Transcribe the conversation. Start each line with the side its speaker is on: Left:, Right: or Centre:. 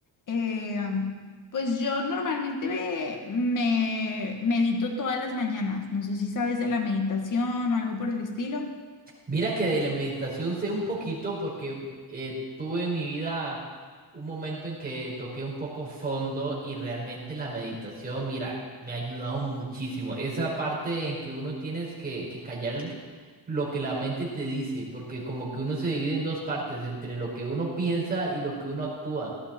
Left: eh, pues yo normalmente me, me medito todas las mañanas. No sé si sabes de la meditación o algo por el estilo.
Right: Mira que de la meditación sé un poquito porque eh, tuve en mi vida un momento en que toqué un poco fondo y realmente la meditación, mira, me ha ayudado muchísimo. Esa parte en que uno tienes que, que callar el- lo que la mente te dice, porque como que uno se divide en dos partes, entre lo que uno piensa y lo que uno actúa.